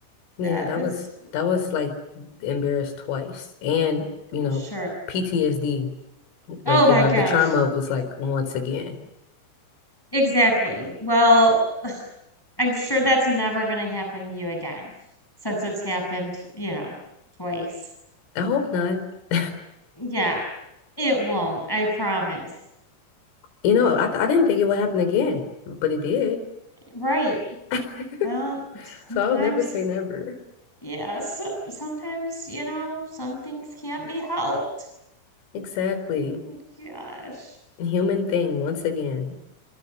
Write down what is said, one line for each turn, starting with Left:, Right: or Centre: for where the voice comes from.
Left: Yeah,
Centre: That
Left: that
Centre: is
Left: was, that was like embarrassed twice. And, you know,
Centre: sure.
Left: PTSD,
Centre: Oh
Left: like,
Centre: my
Left: you know,
Centre: gosh.
Left: the trauma was like once again.
Centre: Exactly. Well, I'm sure that's never going to happen to you again since it's happened, you know, twice.
Left: I hope not. <laughs>
Centre: Yeah, it won't. I promise.
Left: You know, I, I didn't think it would happen again, but it did.
Centre: Right.
Left: <laughs>
Centre: Well,
Left: So
Centre: sometimes,
Left: I would never say never.
Centre: yes, sometimes, you know, some things can't be helped.
Left: Exactly.
Centre: Oh Gosh.
Left: Human thing once again.